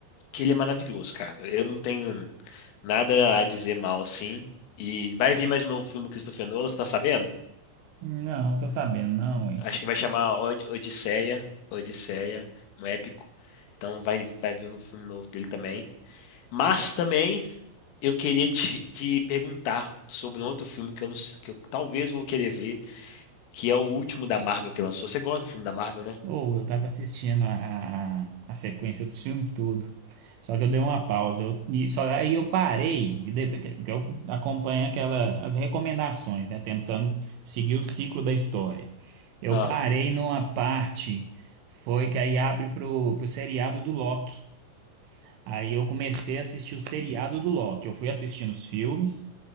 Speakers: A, on the left (about 80°); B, on the right (about 75°).
A: que ele é maravilhoso, cara. Eu não tenho nada a dizer mal assim. E vai vir mais um novo filme do Christopher Nolan, você tá sabendo?
B: Não, tô sabendo, não, hein?
A: Acho que vai chamar Od- Odisseia, Odisseia, um épico. Então vai, vai vir um filme novo dele também. Mas também eu queria te, te perguntar sobre um outro filme que eu, não, s- que eu talvez vou querer ver. que é o último da Marvel que lançou. Você gosta do filme da Marvel, né?
B: Ou eu tava assistindo a, a, a sequência dos filmes tudo. Só que eu dei uma pausa. Eu, e, só aí eu parei, e depois que que eu acompanho aquela, as recomendações, né? Tentando seguir o ciclo da história. Eu
A: Ah,
B: parei numa parte, foi que aí abre pro, pro seriado do Loki. Aí eu comecei a assistir o seriado do Loki. Eu fui assistindo os filmes,